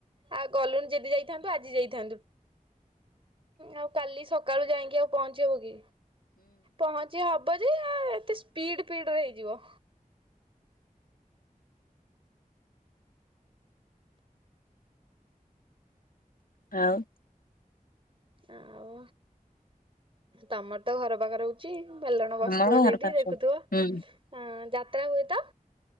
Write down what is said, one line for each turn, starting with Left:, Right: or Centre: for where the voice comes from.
Right: ଆଉ ଗଲୁନି ଯେଦି ଯାଇଥାନ୍ତୁ ଆଜି ଯାଇଥାନ୍ତୁ ଆଉ କାଲି ସକାଳୁ ଯାଇଁକି ଆଉ ପହଞ୍ଚି ହବ କି? ପହଞ୍ଚି ହବ ଯେ ଏତେ ସ୍ପିଡ଼୍ ପିଡ଼ରେ ହେଇଯିବ।
Left: ଆଉ
Right: ଆଉ ତମର ତ ଘର ପାଖରେ ହଉଚି। ମେଲଣ ବସଥୁବ
Left: ଆମର
Right: ସେଇଠି
Left: ଘର ପାଖ
Right: ଦେଖୁଥୁବ।
Left: ହୁଁ
Right: ଆଁ ଯାତ୍ରା ହୁଏ ତ?